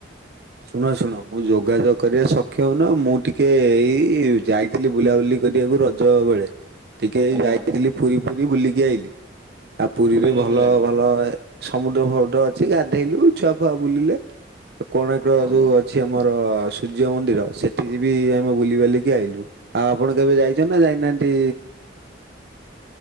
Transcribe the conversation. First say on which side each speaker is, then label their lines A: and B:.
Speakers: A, on the right (about 55°); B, on the right (about 25°).
A: ଶୁଣ ଶୁଣ ମୁଁ ଯୋଗାଯୋଗ କରିବା ସକ୍ଷମ ନୁହଁ। ମୁଁ ଟିକେ ଏଇ ଯାଇ ଥିଲି ବୁଲାବୁଲି କରିବାକୁ ରଜ ବେଳେ। ଟିକେ
B: ଆଜ୍ଞା
A: ଯାଇଥିଲି ପୁରୀ ଫୁରୀ ବୁଲିକି ଆଇଲି। ଆ ପୁରୀରେ
B: ପୁରୀ ଯାଇଥିଲେ
A: ଭଲ
B: ଆଜ୍ଞା
A: ଭଲ ସମୁଦ୍ର ଫମୁଦ୍ର ଅଛି ଗାଧେଇଲୁ, ଛୁଆ ଫୁଆ ବୁଲିଲେ ଆଉ କୋଣାର୍କ
B: ଭଲ।
A: ଯୋଉ ଅ ଛି ଆମର ସୂର୍ଯ୍ୟ ମନ୍ଦିର ସେଠିରେ ବି ଆମେ ବୁଲିବାଲିକି ଆଇଲୁ। ଆ ଆପଣ କେବେ ଯାଇଛନ୍ତି ନା ଯାଇନାହାନ୍ତି